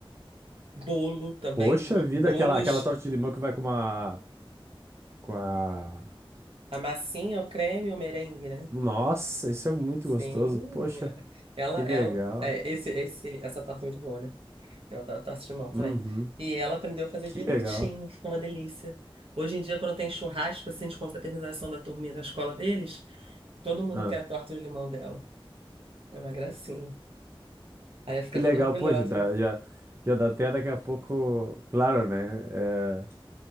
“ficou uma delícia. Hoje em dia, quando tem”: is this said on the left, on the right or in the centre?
Right